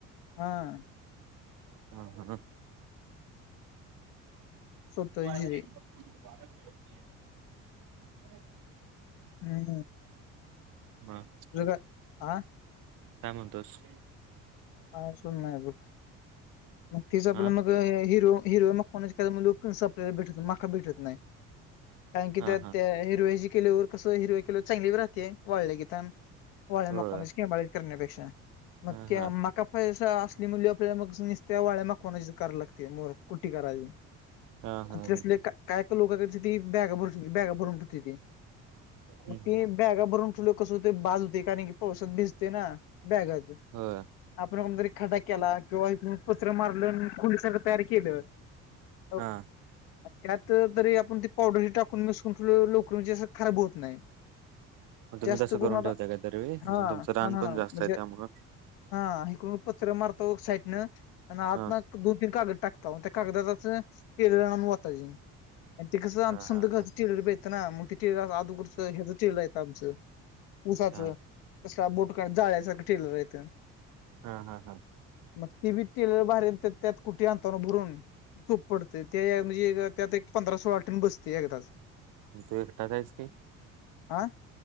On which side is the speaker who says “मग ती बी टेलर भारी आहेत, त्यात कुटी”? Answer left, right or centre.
Left